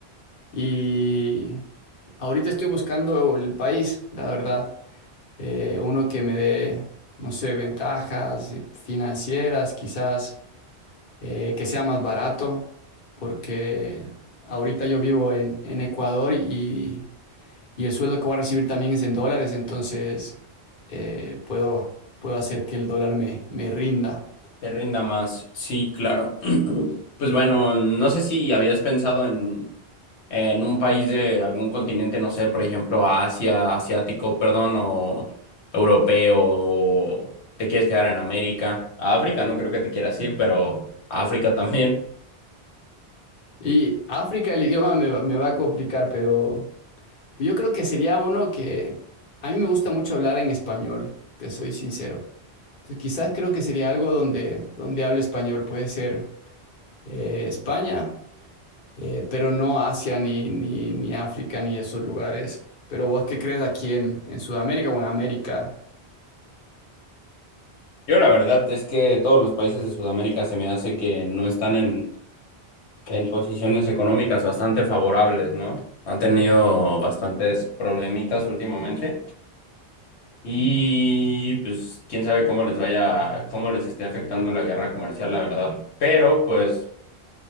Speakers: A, on the left; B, on the left.
A: Y ahorita estoy buscando el país, la verdad. Eh, uno que me dé, no sé, ventajas financieras, quizás eh, que sea más barato, porque ahorita yo vivo en, en Ecuador y... y el sueldo que voy a recibir también es en dólares, entonces eh, puedo, puedo hacer que el dólar me, me rinda.
B: Te rinda más. Sí, claro. <clears throat> Pues bueno, no sé si habías pensado en, en un país de algún continente, no sé, por ejemplo, Asia, asiático, perdón, o europeo, o te quieres quedar en América. A África no creo que te quieras ir, pero a África también.
A: Y África, el idioma me, va- me va a complicar, pero pero yo creo que sería uno que a mí me gusta mucho hablar en español, te soy sincero. Entonces quizás creo que sería algo donde, donde hable español, puede ser eh, España, eh, pero no Asia ni, ni, ni África ni esos lugares. Pero vos qué crees aquí en, en Sudamérica o en América?
B: Yo la verdad es que todos los países de Sudamérica se me hace que no están en, en posiciones económicas bastante favorables, ¿no? Han tenido bastantes problemitas últimamente y pues quién sabe cómo les vaya, cómo les esté afectando la guerra comercial, la verdad. Pero pues